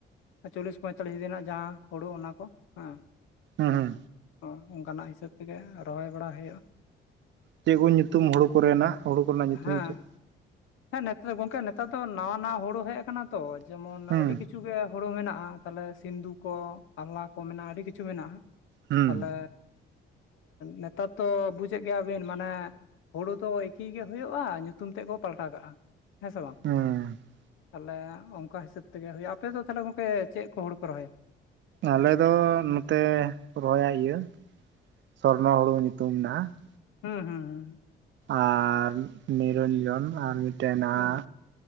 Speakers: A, on the left; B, on the right.
A: ᱪᱚᱞᱞᱤᱥ ᱯᱚᱸᱭᱛᱟᱞᱞᱤᱥ ᱫᱤᱱ, ᱨᱮᱱᱟᱜ ᱡᱟᱦᱟᱸ ᱦᱩᱲᱩ ᱚᱱᱟ ᱠᱚ ᱦᱮᱸ᱾
B: ᱮᱦᱩᱸ ᱾
A: ᱚ ᱚᱱᱠᱟᱱᱟᱜ ᱦᱤᱥᱟᱹᱵ ᱛᱮᱜᱮ, ᱨᱚᱦᱚᱭ ᱵᱟᱲᱟ ᱦᱳᱭᱳᱜᱼᱟ ᱾
B: ᱪᱮᱫ ᱠᱚ ᱧᱩᱛᱩᱢ ᱦᱳᱲᱳ ᱠᱚᱨᱮᱱᱟᱜ, ᱦᱳᱲᱳ ᱠᱚᱨᱮᱱᱟᱜ ᱧᱩᱛᱩᱢ
A: ᱦᱮᱸ
B: ᱪᱮᱫ?
A: ᱦᱮᱸ ᱱᱮᱛᱟᱨ ᱫᱚ ᱜᱚᱝᱠᱮ ᱱᱮᱛᱟᱨ ᱫᱚ, ᱱᱟᱣᱟ ᱱᱟᱣᱟ ᱦᱳᱲᱳ ᱦᱮᱡ ᱠᱟᱱᱟ ᱛᱚ, ᱡᱮᱢᱚᱱ
B: ᱦᱩᱸ
A: ᱟᱹᱰᱤ ᱠᱤᱪᱷᱩ᱾ ᱠᱤᱪᱷᱩ ᱜᱮ ᱦᱳᱲᱳ ᱢᱮᱱᱟᱜᱼᱟ, ᱛᱟᱦᱚᱞᱮ ᱥᱤᱱᱫᱩ ᱠᱚ ᱟᱞᱞᱟ ᱠᱚ ᱢᱮᱱᱟᱜᱼᱟ, ᱟᱹᱰᱤ ᱠᱤᱪᱷᱩ ᱢᱮᱱᱟᱜᱼᱟ ᱾
B: ᱦᱩᱸ
A: ᱛᱟᱦᱚᱞᱮ ᱱᱮᱛᱟᱨ ᱫᱚ ᱵᱩᱡᱮᱫ ᱜᱮᱭᱟ ᱵᱤᱱ, ᱢᱟᱱᱮ ᱦᱳᱲᱳ ᱫᱚ ᱮᱠᱤ ᱜᱮ ᱦᱳᱭᱳᱜᱼᱟ, ᱧᱩᱛᱩᱢ ᱛᱮᱜ ᱠᱚ ᱯᱟᱞᱴᱟᱣ ᱠᱟᱜᱼᱟ, ᱦᱮᱸ ᱥᱮ ᱵᱟᱝ?
B: ᱦᱩᱸ
A: ᱛᱟᱦᱚᱞᱮ ᱚᱱᱠᱟ ᱦᱤᱥᱟᱹᱵᱽ ᱛᱮᱜᱮ ᱦᱳᱭᱳᱜᱼᱟ, ᱟᱯᱮ ᱫᱚ ᱛᱟᱦᱚᱞᱮ ᱜᱚᱝᱠᱮ ᱪᱮᱫ ᱠᱚ ᱦᱳᱲᱳ ᱯᱮ ᱨᱚᱦᱚᱭᱟ?
B: ᱟᱞᱮ ᱫᱚ ᱱᱚᱛᱮ ᱨᱚᱦᱚᱭᱟ ᱤᱭᱟᱹ, ᱥᱚᱨᱱᱚ ᱦᱳᱲᱳ ᱧᱩᱛᱩᱢ ᱢᱮᱱᱟᱜᱼᱟ ᱾
A: ᱦᱩᱸ, ᱦᱩᱸ, ᱦᱩᱸ ᱾
B: ᱟᱨ ᱱᱤᱨᱚᱧᱡᱚᱱ ᱟᱨ ᱢᱤᱫᱴᱮᱱ ᱢᱮᱱᱟᱜᱼᱟ᱾
A: ᱦᱩᱸ